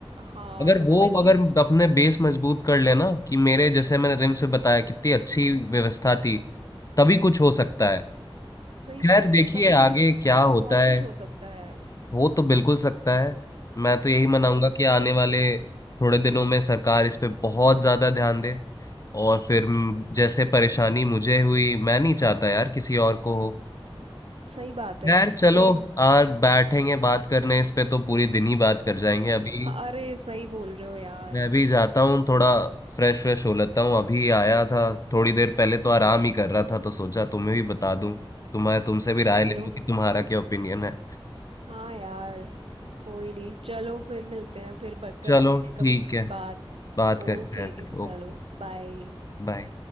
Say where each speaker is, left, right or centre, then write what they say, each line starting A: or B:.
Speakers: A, on the right (about 75°); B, on the left (about 35°).
A: हाँ
B: अगर
A: मतलब
B: वो
A: एटलीस्ट
B: अगर अपने बेस मजबूत कर लेना कि मेरे जैसे मैंने रिम्स से बताया कितनी अच्छी व्यवस्था थी तभी कुछ हो सकता है
A: सही
B: खैर
A: बात
B: देखिए
A: है तभी
B: आगे क्या
A: फिर
B: होता
A: तो बहुत
B: है
A: कुछ हो सकता है
B: हो तो बिल्कुल सकता है मैं तो यही मनाऊंगा
A: हम्म
B: कि आने वाले थोड़े दिनों में सरकार इस पे बहुत ज्यादा ध्यान दे और फिर म- जैसे परेशानी मुझे हुई मैं नहीं चाहता यार किसी और को हो
A: सही बात है
B: खैर चलो
A: सेम
B: यार बैठेंगे बात करने इस पे तो पूरी दिन ही बात कर जाएंगे अभी
A: अरे सही बोल रहे हो यार
B: मैं भी जाता हूँ थोड़ा फ्रेश फ्रेश हो लेता हूँ अभी आया था थोड़ी देर पहले तो आराम ही कर रहा था तो सोचा तुम्हें भी बता दूं तुम्हारे तुमसे भी
A: चलो
B: राय ले लूं कि तुम्हारा क्या ओपिनियन है
A: हाँ यार कोई नहीं चलो फिर मिलते हैं फिर बक करते
B: चलो ठीक
A: हैं कभी
B: है
A: बात
B: बात
A: ओके
B: करते हैं फिर
A: चलो
B: ओके
A: बाय
B: बाय